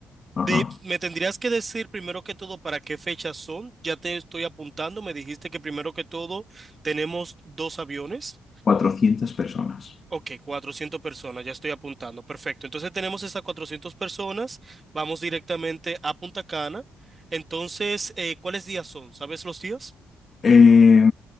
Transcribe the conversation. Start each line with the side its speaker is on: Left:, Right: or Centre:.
Left: Ajá.
Right: De, me tendrías que decir primero que todo para qué fechas son. Ya te estoy apuntando. Me dijiste que primero que todo tenemos dos aviones.
Left: 400 personas.
Right: Ok, 400 personas, ya estoy apuntando. Perfecto. Entonces tenemos esas 400 personas. Vamos directamente a Punta Cana. Entonces, eh, ¿cuáles días son? ¿Sabes los días?
Left: Eh,